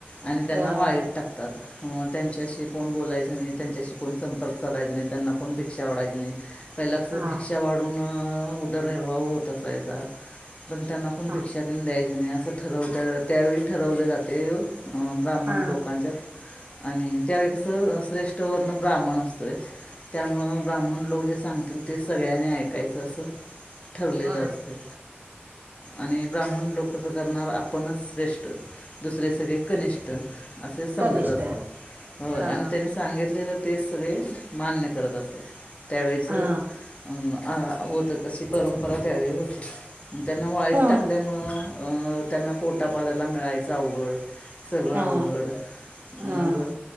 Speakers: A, on the left; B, on the right.
A: आणि त्यांना
B: अ
A: वाईट टाकतात मग त्यांच्याशी कोण बोलायचं नाही त्यांच्याशी कोण संपर्क साधायचा नाही त्यांना कोण भिक्षा वाढायची नाही पहिल्या कस
B: हा
A: भिक्षा वाढून उदरनिर्वाह होत असायचा पण त्यांना कोण
B: हा
A: भिक्षा त्यांनी द्यायचं नाही असं ठरवत त्यावेळी ठरवले जाते ब्राह्मण
B: हा
A: लोकाांच्यात आणि त्यावे कसं श्रेष्ठ वर्ण ब्राह्मण असतोय त्यामुळं ब्राह्मण लोक जे सांगतील ते सगळ्यांनी ऐकायचं असं ठरलेलं
B: हा
A: असते आणि ब्राह्मण लोक कसं करणार आपणच श्रेष्ठ दुसरे सगळे कनिष्ठ असे समजत
B: कनिष्ठ
A: असतात होय
B: हा
A: आणि त्यांनी सांगितलेलं ते सगळे मान्य करत असतात त्यावेळेचे
B: हा
A: आ होतं तशी परंपरा त्यावेळी होते त्यांना वाईट
B: हा
A: टाकल्यामुळं त्यांना पोटापाल्याला मिळायचं अवघड सगळं
B: हा
A: अवघड
B: हा
A: मग